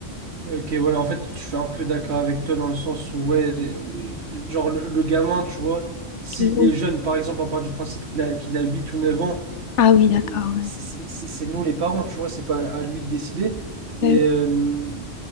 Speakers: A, on the right; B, on the left.
A: Ok, ouais, en fait, je suis un peu d'accord avec toi dans le sens où, ouais, euh, genre le, le gamin, tu vois, s'il
B: Oui.
A: est jeune, par exemple, on part du principe qu'il a, qu'il a 8 ou 9 ans,
B: Ah oui,
A: il-
B: d'accord,
A: il-
B: ouais.
A: c'est c'est- c'est nous les parents, tu vois, c'est pas à lui de décider. Mais
B: Bah oui,
A: euh,